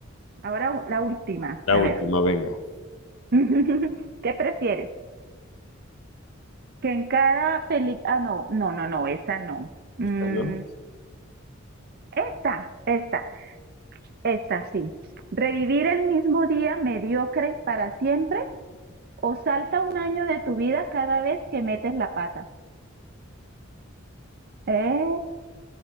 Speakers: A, on the right; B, on the left.
A: ahora u- la última,
B: La
A: a
B: última,
A: ver.
B: venga.
A: <laughs> ¿Qué prefieres? Que en cada película... Ah, no, no, no, no, esa no. Mm,
B: Esta, ¿no?
A: esta, esta, esta sí. ¿Revivir el mismo día mediocre para siempre o salta un año de tu vida cada vez que metes la pata? Eh,